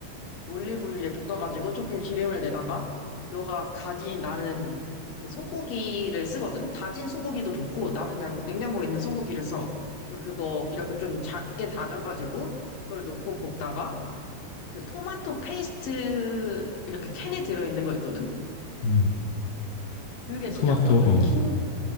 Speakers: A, on the left; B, on the left.
A: 올리브유에 볶아가지고 조금 기름을 내다가 너가 가진 나는 그 소고기를 쓰거든. 다진 소고기도 좋고 나는 그냥 냉장고에 있는 소고기를 써. 그래서 그거 이렇게 좀 작게 다져가지고 그걸 넣고 볶다가 그 토마토 페이스트 이렇게 캔에 들어있는 거 있거든.
B: 음.
A: 그게 진짜
B: 토마토,
A: 뭔가 좀
B: 어.
A: 킨,